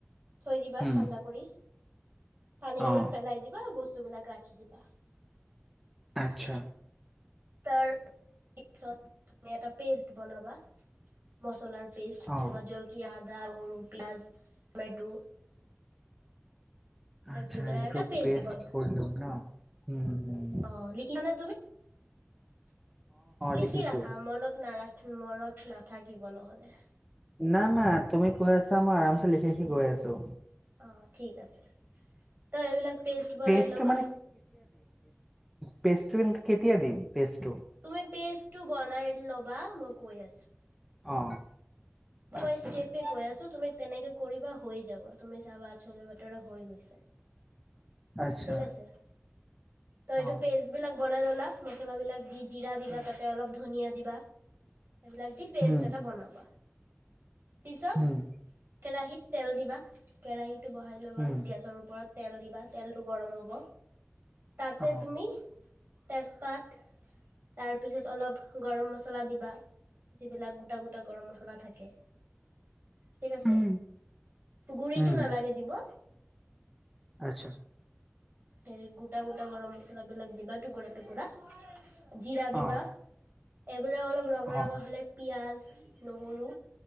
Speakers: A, on the right; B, in the centre.
A: থৈ দিবা
B: হুম
A: ঠাণ্ডা কৰি। পানী বিলাক
B: অ
A: পেলাই দিবা বস্তু। বস্তুবলাক ৰাখি দিবা।
B: আচ্ছা
A: তাৰ পিছত। তুমি এটা পেষ্ট বনাবা মছলাৰ। পিয়াজ
B: অ
A: জলকি আদা হলু পিয়াজ টমেটটো
B: আচ্ছা
A: দি পেলাই
B: একো
A: এটা
B: পেষ্ট
A: বনাবা।
B: কৰিলম ন হম হম।
A: অ' লিখিছানে <inaudible> লিখি
B: লিখিছোঁ
A: ৰাখা মনত নাৰাখা মনৰত নাথাকিব নহ'লে
B: না না তুমি কৈ আছা মই আৰামচ লিখি লিখি গৈ আছো
A: অ ঠিক আছে তই এইবিলাক পেষ্ট বনাই
B: পেজটো
A: লবা
B: পেষ্টিন কেতিয়া দ দিম পেজটো
A: তুমি পেষ্টটো বনাই লবা মোক কৈয় আছো
B: অ
A: কিবা
B: আচ্ছা
A: কেপে কৈ আছো তুমি তেনেকে কৰিবা হৈ যাব তুমি চাবা আচল বাতৰা হৈ গৈছে
B: আচ্ছা
A: ঠিক আছে। ত এইটো
B: অ
A: পেষ্ট বিলাক বনাই ললা মছলা বিলাক দি জিৰা দিবা
B: উম
A: তাতে অলপ ধনিয়ীয়া দিবা সেইবিলাক দি পেষ্ট
B: উম
A: অব পিছত
B: উম
A: কেৰাহীত তেল দিবা কেৰাহীত টো বহাই ল'বা
B: উম
A: গেছৰ ওপৰত তেল দিবা তেলটো গৰম হ'ব তাতে
B: অ
A: তুমি তেজপাত তাৰপিছত অলপ গৰম মছলা দিবা যিবিলাক গ গোটা গোটা গৰম মছলা থাকে ঠিক আছে
B: উম
A: গুৰিতটো
B: উম
A: নালাগে দিব
B: আচ্ছা
A: হেৰি গোটা গোটা গৰম মছলাবিলাক দিবা টুকুৰা টুকুৰা জিৰা দিবা
B: অ
A: আপজা অলপ ৰঙা
B: অ
A: ৰঙা হ'লে পিঁয়াজ নহৰু